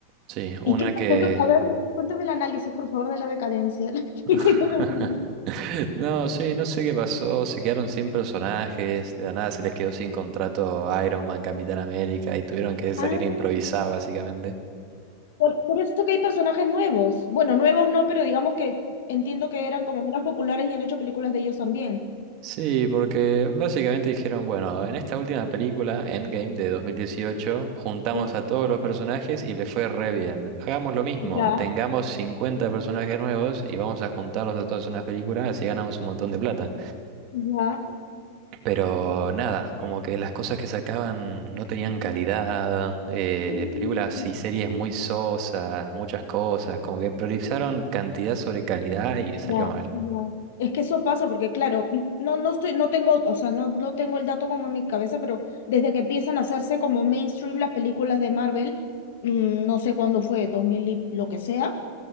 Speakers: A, on the right; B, on the left.
A: sí. Una
B: ¿Y qué? ¿Por
A: que...
B: qué? A ver, cuéntame el análisis, por favor, de la decadencia de la <laughs>
A: <laughs>
B: película de Marvel.
A: No, sí, no sé qué pasó. Se quedaron sin personajes. De la nada se les quedó sin contrato Iron Man, Capitán América y tuvieron que salir
B: Ah,
A: a improvisar, básicamente.
B: por, por eso que hay personajes nuevos. Bueno, nuevos no, pero digamos que entiendo que eran como menos populares y han hecho películas de ellos también.
A: Sí, porque básicamente dijeron, bueno, en esta última película, Endgame de 2018, juntamos
B: Sí.
A: a todos los personajes y les fue re bien. Hagamos lo mismo,
B: Ya,
A: tengamos 50 personajes nuevos y vamos a juntarlos a todos en una película, así ganamos un montón de plata.
B: ya.
A: Pero nada, como que las cosas que sacaban no tenían calidad, eh,
B: Mm,
A: películas y series muy sosas, muchas cosas, como que priorizaron cantidad sobre calidad y salió
B: Ya,
A: mal.
B: ya. Es que eso pasa porque, claro, n- no, no estoy, no tengo, o sea, no, no tengo el dato como en mi cabeza, pero desde que empiezan a hacerse como mainstream las películas de Marvel, mm, no sé cuándo fue, 2000 y lo que sea